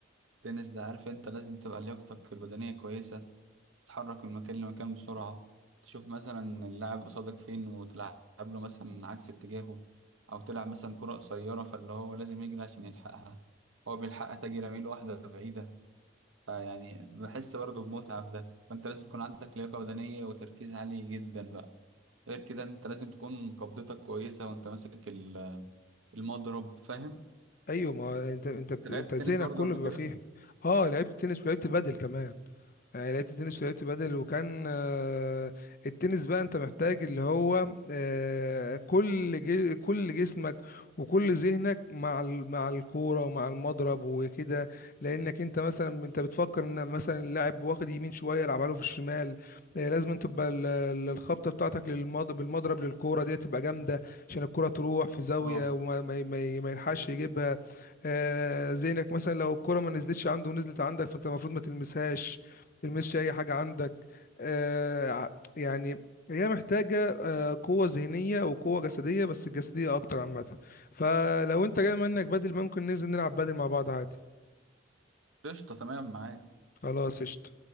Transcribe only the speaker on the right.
التنس ده عارف انت لازم تبقى لياقتك البدنية كويسة تتحرك من مكان لمكان بسرعة تشوف مثلا اللاعب قصادك فين وتلعب له مثلا عكس اتجاهه او تلعب مثلا كرة قصيرة فاللي هو لازم يجري عشان يلحقها هو بيلحقها تجي رميل واحدة بعيدة فيعني بحس برضه بمتعة في ده فانت لازم يكون عندك لياقة بدنية وتركيز عالي جدا بقى غير كده انت لازم تكون قبضتك كويسة وانت ماسك ال- المضرب فاهم؟
أنت
لعبت تنس
برضه
قبل
كده؟
اه
قشطة تمام معاك